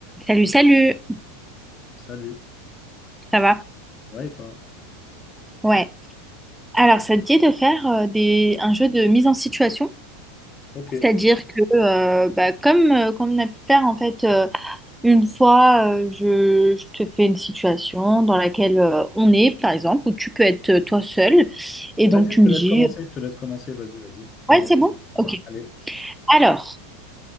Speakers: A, in the centre; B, on the left.
A: Salut, salut,
B: Salut.
A: ça va?
B: Ouais, et toi?
A: Ouais. Alors, ça te dit de faire euh, des, un jeu de mise en situation?
B: Ok.
A: C'est-à-dire que, euh, bah, comme, euh, comme on a pu faire, en fait, euh, une fois, euh, je, je te fais une situation dans laquelle euh, on est, par exemple, où tu peux être euh, toi seul, et
B: Vas-y,
A: donc tu
B: je te
A: me dis,
B: laisse commencer, je te laisse commencer, vas-y, vas-y, Comment
A: ouais, c'est bon? Ok.
B: Allez.
A: Alors,